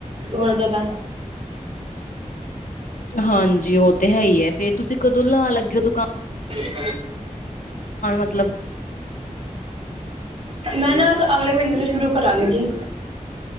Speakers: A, on the right; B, on the left.
A: ਥੋੜਾ ਜ਼ਿਆਦਾ।
B: ਹਾਂਜੀ, ਉਹ ਤੇ ਹੈ ਹੀ ਫੇਰ ਤੁਸੀਂ ਕਦੋਂ ਲਾ ਲੱਗੇ ਹੋ ਦੁਕਾਨ।
A: <unintelligible>
B: ਮਤਲਬ
A: ਮੈਂ ਨਾ, ਅਗਲੇ ਮਹੀਨੇ ਤੋਂ ਸ਼ੁਰੂ ਕਰਾਂਗੀ ਜੀ।